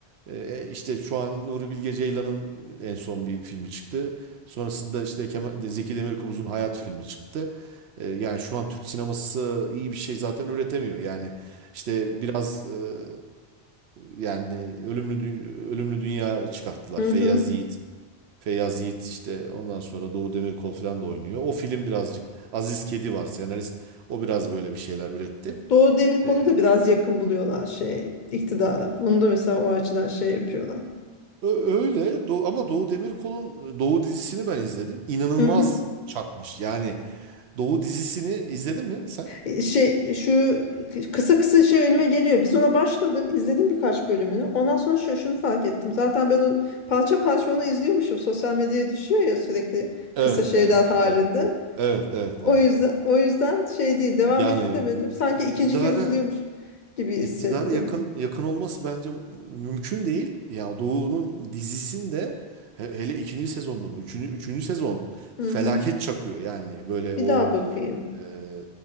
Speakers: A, on the right (about 75°); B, on the left (about 55°).
A: e, işte şu an Nuri Bilge Ceylan'ın en son bir filmi çıktı. Sonrasında işte Kemal, Zeki Demirkubuz'un Hayat filmi çıktı. E, yani şu an Türk sineması iyi bir şey zaten üretemiyor. Yani işte biraz e, yani Ölümlü Dü- Ölümlü Dünya çıkarttılar.
B: Hı
A: Feyyaz
B: hı
A: Yiğit Feyyaz Yiğit işte ondan sonra Doğu Demirkol falan da oynuyor. O film birazcık Aziz Kedi var senarist. O biraz böyle bir şeyler üretti.
B: Doğu Demirkol'u
A: E,
B: da biraz yakın buluyorlar şey iktidara. Onu da mesela o açıdan şey yapıyorlar.
A: Ö- Öyle Doğu, ama Doğu Demirkol'un Doğu dizisini ben izledim. İnanılmaz
B: Hı hı.
A: çakmış. Yani Doğu dizisini izledin mi sen?
B: E, Şey şu kı- kısa kısa şey önüme geliyor. Biz ona başladık, izledim birkaç bölümünü. Ondan sonra şu, şunu fark ettim. Zaten ben o parça parça onu izliyormuşum. Sosyal medyaya düşüyor ya sürekli
A: Evet,
B: kısa şeyler
A: evet,
B: halinde.
A: evet. Evet, evet,
B: O
A: evet.
B: yüzden o yüzden şey değil, devam
A: Yani
B: ettiremedim. Sanki
A: e, iktidara
B: ikinci kez izliyormuş gibi hissettim.
A: iktidara yakın yakın olması bence mümkün değil. Ya Doğu'nun dizisinde he- hele ikinci sezonda mı? Üçüncü, üçüncü sezon
B: Hı
A: felaket
B: hı.
A: çakıyor yani böyle
B: Bir
A: o
B: daha bakayım.
A: e,